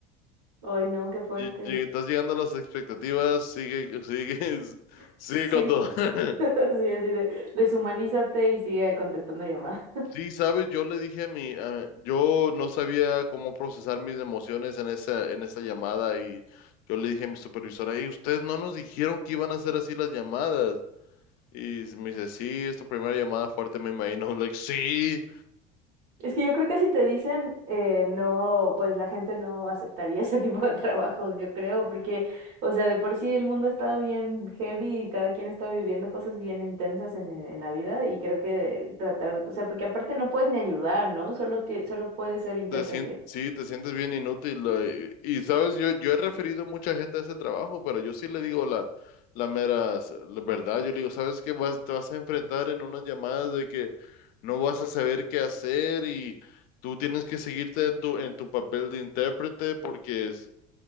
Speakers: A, on the right; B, on the left.
A: Ay, no, qué fuerte.
B: ll- ll- estás llegando a las expectativas, sigue, sigue, <laughs> sigue
A: Sí,
B: con todo. <laughs>
A: <laughs> sí, así de deshumanízate y sigue contestando llamadas.
B: Sí, sabes, yo le dije a mi, a- yo no sabía cómo procesar mis emociones en esa, en esa llamada y yo le dije a mi supervisora, hey, ustedes no nos dijeron que iban a hacer así las llamadas. Y me dice, sí, es tu primera llamada fuerte, me imagino. <laughs> like, sí.
A: Es que yo creo que si te dicen eh, no, pues la gente no aceptaría <laughs> ese tipo de trabajos, yo creo, porque, o sea, de por sí el mundo está bien heavy y cada quien está viviendo cosas bien intensas en, e, en la vida y creo que tratar, o sea, porque aparte no puedes ni ayudar, ¿no? Solo, tie- solo puedes ser intérprete.
B: Te sien- sí, te sientes bien inútil. eh, Y, y, sabes, yo, yo he referido mucha gente a ese trabajo, pero yo sí le digo la, la mera s- la verdad. Yo le digo, ¿sabes qué? Vas, te vas a enfrentar en unas llamadas de que no vas a saber qué hacer y tú tienes que seguirte en tu, en tu papel de intérprete porque es-